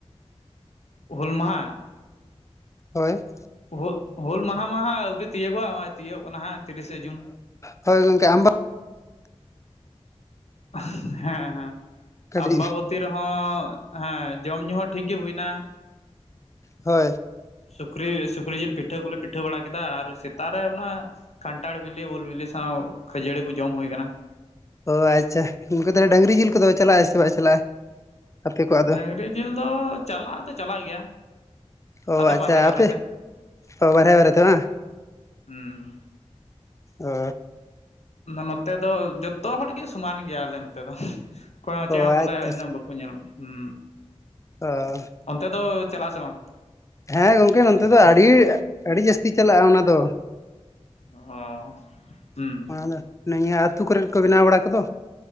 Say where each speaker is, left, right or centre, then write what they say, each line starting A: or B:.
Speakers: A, on the left (about 70°); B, on the left (about 25°).
A: ᱦᱩᱞ ᱢᱟᱦᱟ
B: ᱦᱳᱭ
A: ᱦᱳᱹᱜ ᱦᱩᱞ ᱢᱟᱦᱟ ᱢᱟ ᱦᱟᱸᱜ ᱟᱹᱣᱨᱤ ᱛᱤᱭᱟᱹᱜᱚ-ᱟ, ᱦᱚᱸᱜᱼᱚᱭ ᱛᱤᱭᱳᱜ ᱠᱟᱱᱟ ᱦᱟᱸᱜ ᱛᱤᱨᱤᱥᱮ ᱡᱩᱱ ᱾
B: ᱦᱳᱭ ᱜᱚᱝᱠᱮ ᱟᱢ
A: ᱦᱮᱸ ᱦᱮᱸ
B: ᱠᱟᱹᱴᱤᱡ
A: ᱟᱢᱵᱟᱵᱚᱛ ᱛᱤ ᱨᱮᱦᱚᱸ ᱦᱮᱸ ᱡᱚᱢ ᱧᱩ ᱦᱚᱸ ᱴᱷᱤᱠ ᱜᱮ ᱦᱩᱭᱱᱟ ᱾
B: ᱦᱳᱭ
A: ᱥᱩᱠᱨᱤ ᱥᱩᱠᱨᱤ ᱡᱤᱞ ᱯᱤᱴᱷᱟᱹ ᱠᱚᱞᱮ ᱯᱤᱴᱷᱟᱹ ᱵᱟᱲᱟ ᱠᱮᱫᱟ, ᱟᱨ ᱥᱮᱛᱟᱜ ᱨᱮ ᱚᱱᱟ ᱠᱷᱟᱱᱴᱷᱟᱲ ᱵᱮᱞᱮ ᱩᱞ ᱵᱤᱞᱤ ᱥᱟᱶ ᱠᱷᱟᱹᱡᱟᱹᱲᱤ ᱠᱚ ᱡᱚᱢ ᱦᱩᱭ ᱠᱟᱱᱟ᱾
B: ᱚ ᱟᱪᱪᱷᱟ, ᱩᱱᱠᱟ ᱛᱟᱦᱚᱞᱮ ᱰᱟᱹᱝᱨᱤ ᱡᱤᱞ ᱠᱚᱫᱚ ᱪᱟᱞᱟᱜᱼᱟ ᱥᱮ ᱵᱟᱭ ᱪᱟᱞᱟᱜᱼᱟ? ᱟᱯᱮ ᱠᱚᱣᱟᱜ ᱫᱚ
A: ᱰᱟᱝᱨᱤ ᱡᱤᱞ ᱫᱚ ᱪᱟᱞᱟᱜ ᱟ ᱫᱚ ᱪᱟᱞᱟᱜ ᱜᱮᱭᱟ᱾
B: ᱚ
A: ᱟᱫᱚ
B: ᱟᱪᱪᱷᱟ,
A: ᱵᱟᱨᱦᱮ ᱵᱟᱨᱦᱮ
B: ᱟᱯᱮ
A: ᱛᱮ
B: ᱚ ᱵᱟᱨᱦᱮᱸ ᱵᱟᱨᱮᱛᱮ ᱵᱟᱝ᱾
A: ᱦᱩᱸ
B: ᱚ
A: ᱱᱚᱛᱮ ᱫᱚ ᱡᱚᱛᱚ ᱦᱚᱲᱜᱮ ᱥᱚᱢᱟᱱ ᱜᱮᱭᱟᱞᱮ ᱱᱚᱛᱮ ᱫᱚ᱾ ᱚᱠᱚᱭ ᱦᱚᱸ
B: ᱚ
A: ᱪᱮᱸᱜ ᱦᱚᱸ
B: ᱟᱪᱪᱷᱟ
A: ᱵᱚᱞᱮ ᱤᱱᱟᱹᱜ ᱵᱟᱠᱚ ᱧᱮᱞ ᱩᱸ
B: ᱟ
A: ᱚᱱᱛᱮ ᱫᱚ ᱪᱟᱞᱟᱜ-ᱟ ᱥᱮ ᱵᱟᱝ?
B: ᱦᱮᱸ ᱜᱚᱝᱠᱮ ᱱᱚᱛᱮ ᱫᱚ ᱟᱹᱰᱤ, ᱟᱹᱰᱤ ᱡᱟᱹᱥᱛᱤ ᱪᱟᱞᱟᱜᱼᱟ ᱚᱱᱟ ᱫᱚ᱾
A: ᱚ ᱦᱩᱸ
B: ᱚᱱᱟᱫᱚ ᱱᱤᱭᱟᱹ ᱟᱹᱛᱩ ᱠᱚᱨᱮ ᱠᱚ ᱵᱮᱱᱟᱣ ᱵᱟᱲᱟ ᱠᱚᱫᱚ᱾